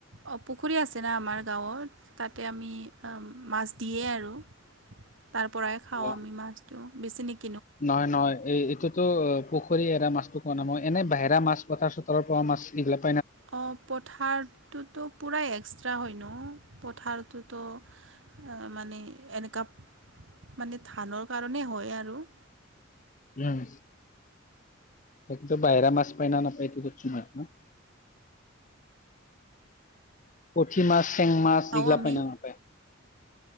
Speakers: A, on the right; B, on the left.
A: অ পুখুৰী আছে না আমাৰ গাঁৱত তাতে আমি মাছ দিয়ে আৰু।
B: <inaudible>
A: তাৰ পৰাই খাওঁ
B: অ
A: আমি মাছটো বেছি নিক
B: নহয় নহয় এই এতিয়াতো। পুখুৰী এৰা মাছটো কোৱা নাই মই, এনে বাহিৰা মাছ পথাৰ-চোথৰৰ পৰা মাছ এইবিলাক
A: অ পথাৰটোতো পুৰাই এক্সট্ৰা হয় নঅ পথাৰটো ত মানে এনেকা মানে ধানৰ কাৰণে হয় আৰু।
B: উম তাতো বাহিৰা মাছ পায় ন নাপায় এইটো শুধি মই আপোনাক পুঠি মাছ চেং মাছ
A: খাওঁ
B: এইগিলা
A: আমি
B: পাইনা নাপায়?